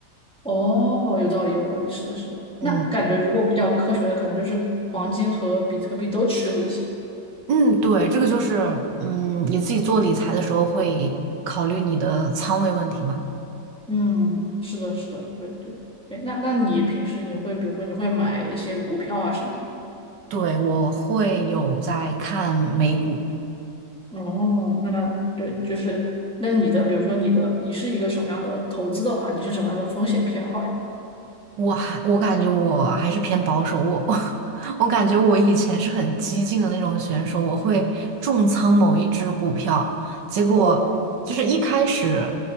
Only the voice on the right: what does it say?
嗯
嗯，对，这个就是嗯你自己做理财的时候会考虑你的仓位问题嘛。
对，我会有在看美股，
我还我感觉我还是偏保守，我 <laughs> 我感觉我以前是很激进的那种选手，我会重仓某一只股票，结果就是一开始